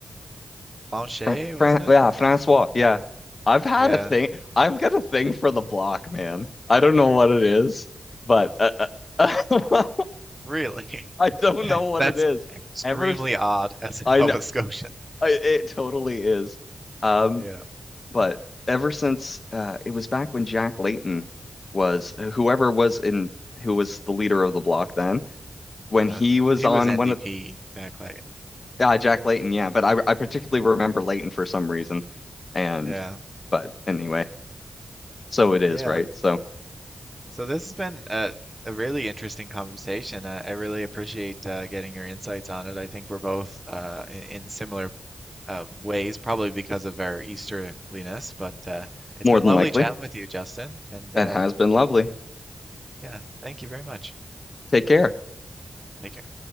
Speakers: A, on the right; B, on the left.
A: Blanchet,
B: Fra Fran
A: wasn't it?
B: yeah, Francois. Yeah. I've had
A: Yeah,
B: a thing. I've got a thing for the block, man. I don't know what it is, but uh, uh, <laughs>
A: really.
B: I don't
A: <laughs>
B: know what
A: That's
B: it is.
A: extremely
B: Ever s-
A: odd as
B: I
A: a Nova
B: know
A: Scotian.
B: I, it totally is. Um,
A: Yeah.
B: but ever since uh it was back when Jack Layton was whoever was in who was the leader of the block then, when
A: Uh,
B: he was
A: he
B: on
A: was NDP,
B: one of
A: Jack Layton.
B: Uh, Jack Layton, yeah, but I I particularly remember Layton for some reason. And
A: Yeah.
B: but anyway, so it is,
A: Yeah.
B: right? So
A: So this has been a, a really interesting conversation. I, I really appreciate uh, getting your insights on it. I think we're both uh, in, in similar um, ways, probably because of our Easterliness, but uh, it's
B: more
A: been
B: than
A: lovely
B: likely,
A: chatting with you, Justin. And
B: that
A: uh,
B: has been lovely.
A: yeah, thank you very much.
B: Take care.
A: Take care.